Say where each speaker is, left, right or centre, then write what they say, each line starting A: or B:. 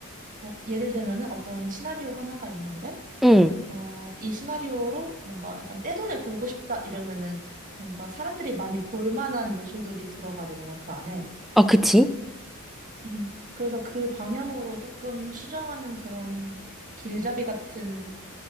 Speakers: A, on the right; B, in the centre.
A: 어, 예를 들면은 어떤 시나리오 하나가 있는데,
B: 응.
A: 어, 이 시나리오로 뭔가 약간 떼돈을 벌고 싶다 이러면은 뭔가 사람들이 많이 볼 만한 요소들이 들어가야 되잖아, 그 안에.
B: 아, 그치?
A: 음, 그래서 그 방향으로 조금 수정하는 그런 길잡이 같은